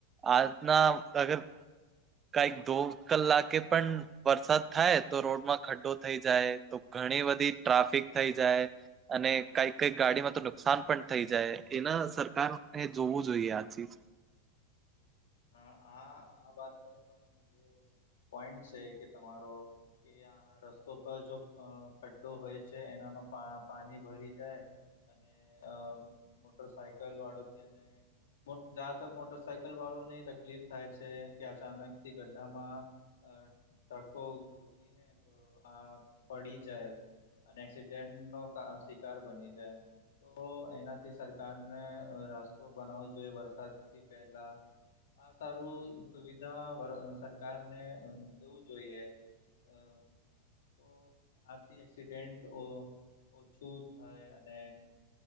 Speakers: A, on the right (about 20°); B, on the left (about 85°).
A: આજના અગર કઈ દો કલાકે પણ વરસાદ થાય તો રોડમાં ખડ્ડો થઈ જાય તો ઘણી બધી ટ્રાફિક થઈ જાય. અને કઈક કઈક ગાડીમાં તો નુકસાન પણ થઈ જાય એના સરકારને જોવું જોઈએ આ ચીજ
B: હા આ આ વાતમાં પણ બહ પોઈન્ટ છે કે તમારો કે આ રસ્તો પર જો ખડ્ડો હોય છે એનામાં પાણી ભરી જાય અને અ મોટર સાાયકલ વાળોથી અને જાતર મોટર સાઇકલ વાળો તકલીફ થાય છે કે અચાનક થી ગ્ઢામાં ટ્રકો ઘૂસીને તો આ પડી જાય અને એક્સિડેન્ટ નો શિકાર બની જાય. તો એનાથી સરકારને રસ્તો બનાવવો જોઈએ વરસાદથી પહેલા. આ સારું સુવિધા સરકારને દેવું જોઈએ. હ તો આથી એક્સિડેન્ટ ઓછું થાય અને